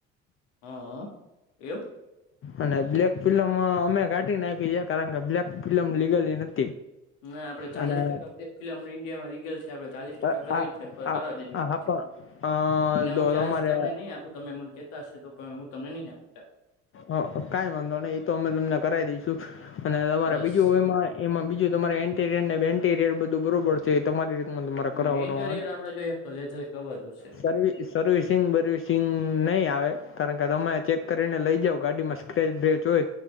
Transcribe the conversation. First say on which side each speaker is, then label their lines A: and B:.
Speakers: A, on the left (about 75°); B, on the left (about 40°).
A: હમ એવું?
B: અને બ્લેક ફિલ્લમ અમે કાઢી નાખી છે કારણ કે બ્લેક ફિલ્લમ લીગલી નથી.
A: ના આપડે ચાલીસ
B: અને
A: ટકા ફિલ્મ ઇન્ડિયા માં રીગેલ છે. આપડ ચાલીસ ટકા
B: આ
A: કરવી જ છે
B: આ
A: કરાવી લીજું
B: આ
A: પછી,
B: હા પણ
A: એના
B: અ તો
A: હું ચાર્જ
B: તમારે
A: તમને નહી આપ હું તમે મન કેહેતા હશે તો પણ હું તમને નહી આપ.
B: હ કઈ વાંધો નહી એ તો અમે તમને કરાવી દઈશું, અને તમારે
A: બસ
B: બીજું એમાં એમાં બીજું તમારે એન્ટીરિયર ને બેન્ટીરિયર બધું બરોબર છે તમારીતે અ મરાકર
A: ના
B: વનું
A: ઇન્ટેરિયર આપડે જોઈએ તો લેધર કવર જોશે
B: સર્વી સર્વિસિંગ બર્વિસિંગ નહીં આવે કારણ કે તમે ચેક કરીને લઈ જાવ. ગાડીમાં સ્કચ બ્રેચ હોય,